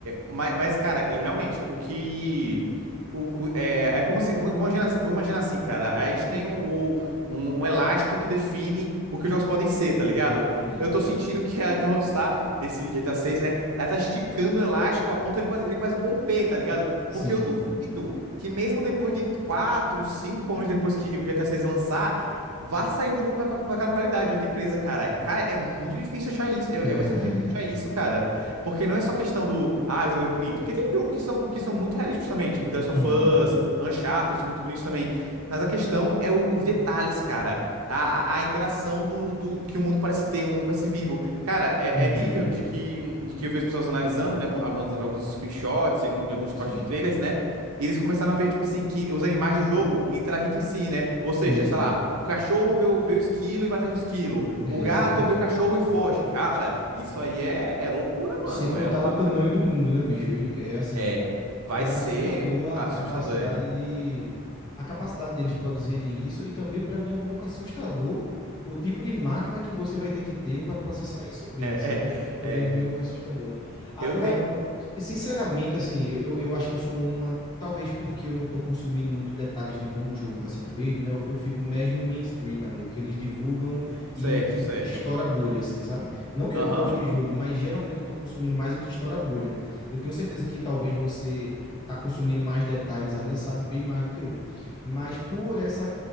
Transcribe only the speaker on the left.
Hum.
Sim,
sim,
é verdade.
é.
Uhum,
uhum.
Sim,
sim,
sim.
É,
isso aí é incrível.
Sem
contar
o tamanho do mundo, né, bicho? E É assim,
é
assustador a,
a capacidade
de a capacidade deles produzirem isso e também para mim é um pouco assustador o tipo de máquina que você vai ter que ter para processar isso bem, sabe?
É- Também é
meio assustador. Agora
Sinceramente, assim, eu, eu acho que eu sou uma. Talvez porque eu não tô consumindo muito detalhes de como o jogo tá sendo feito, né? Eu, eu fico mais no mainstream ali, o que eles divulgam
e que
estoura a bolha, assim, sabe? Não que
eu não goste de jogo, mas geralmente eu tô consumindo mais o que estoura a bolha. Eu tenho certeza que talvez você tá consumindo mais detalhes ali, sabe bem mais do que eu. Mas por essa,